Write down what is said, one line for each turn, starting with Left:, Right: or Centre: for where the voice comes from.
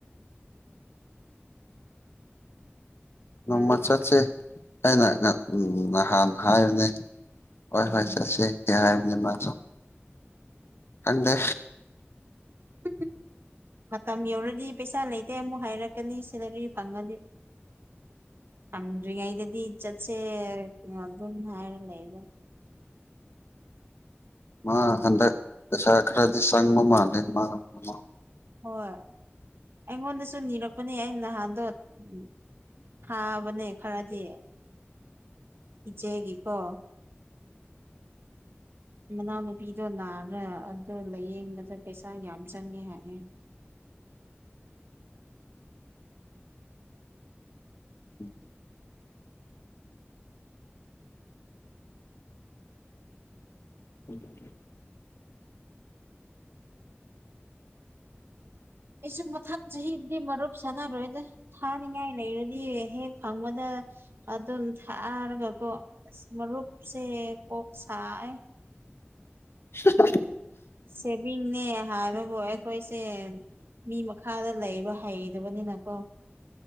Right: ꯃꯔꯨꯞ
Left: ꯅꯣꯡꯃ ꯆꯠꯁꯤ ꯑꯩꯅ ꯎ ꯅꯍꯥꯟ ꯍꯥꯏꯕꯅꯦ ꯍꯣꯏ
Right: ꯎꯝ
Left: ꯍꯣꯏ ꯆꯠꯁꯤ ꯀꯦ ꯍꯥꯏꯕꯅꯤ ꯃꯥ ꯈꯪꯗꯦ
Right: ꯎꯝ ꯃꯇꯝ ꯌꯧꯔꯗꯤ ꯄꯩꯁꯥ ꯂꯩꯇꯦ ꯑꯃꯨꯛ ꯍꯥꯏꯔꯛꯀꯅꯤ ꯁꯦꯂꯔꯤ ꯐꯪꯉꯗꯤ ꯑꯪꯔꯤꯉꯏꯗꯗꯤ ꯏꯖꯠꯁꯦ ꯑꯗꯨ ꯑꯗꯨꯝ ꯍꯥꯏ ꯍꯥꯏꯔ ꯂꯩꯕ
Left: ꯃꯥ ꯍꯟꯗꯛ ꯄꯩꯁꯥ ꯈꯔꯗꯤ ꯆꯪꯕ ꯃꯥꯜꯂꯦ ꯃꯥ ꯃꯃ
Right: ꯍꯣꯏ ꯑꯩꯉꯣꯟꯗꯁꯨ ꯅꯤꯔꯛꯄꯅꯦ ꯑꯩ ꯅꯍꯥꯟꯗꯣ ꯎꯝ ꯍꯥꯥꯕꯅꯦ ꯈꯔꯗꯤ ꯏꯆꯦꯒ ꯀꯣ ꯃꯅꯥꯎꯅꯨꯄꯤꯗꯣ ꯅꯥꯔ ꯑꯗꯨꯣ ꯂꯥꯏꯌꯦꯡꯕꯗ ꯄꯩꯁꯥ ꯌꯥꯝ ꯆꯪꯉꯦ ꯍꯥꯏꯌꯦ
Left: ꯎꯝ ꯎꯝ ꯎꯝ
Right: ꯑꯩꯁꯨ ꯃꯊꯪ ꯆꯍꯤꯗꯤ ꯃꯔꯨꯞ ꯁꯥꯟꯅꯔꯣꯏꯗ ꯊꯥꯅꯤꯡꯉꯥꯏ ꯂꯩꯔꯗꯤ ꯍꯦꯛ ꯐꯪꯕꯗ ꯑꯗꯨꯝ ꯊꯥꯔꯒꯀꯣ ꯑ ꯃꯔꯨꯞꯁꯦ ꯀꯣꯛ ꯁꯥꯏ
Left: ꯍ
Right: ꯁꯦꯚꯤꯡꯅꯦ ꯍꯥꯏꯕꯕꯨ ꯑꯩꯈꯣꯏꯁꯦ ꯃꯤ ꯃꯈꯥꯗ ꯂꯩꯕ ꯍꯩꯕꯅꯤꯅꯀꯣ